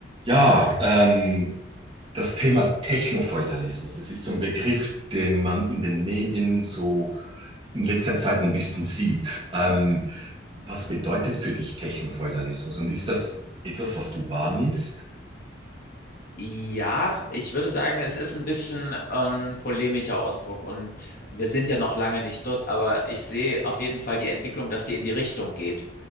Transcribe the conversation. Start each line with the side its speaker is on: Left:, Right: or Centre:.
Right: Ja, ähm, das Thema Technofeudalismus, das ist so ein Begriff, den man in den Medien so in letzter Zeit ein bisschen sieht. Ähm, was
Left: Hm?
Right: bedeutet für dich Technofeudalismus und ist das etwas, was du wahrnimmst?
Left: Ja, ich würde sagen, es ist ein bisschen ähm, polemischer Ausdruck und wir sind ja noch lange nicht dort, aber ich sehe auf jeden Fall die Entwicklung, dass die in die Richtung geht.